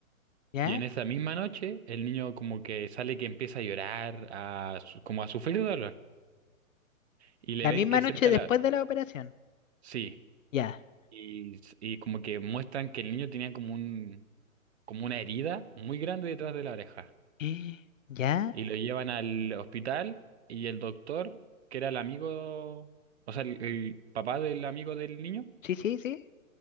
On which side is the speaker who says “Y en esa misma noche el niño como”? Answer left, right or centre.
Right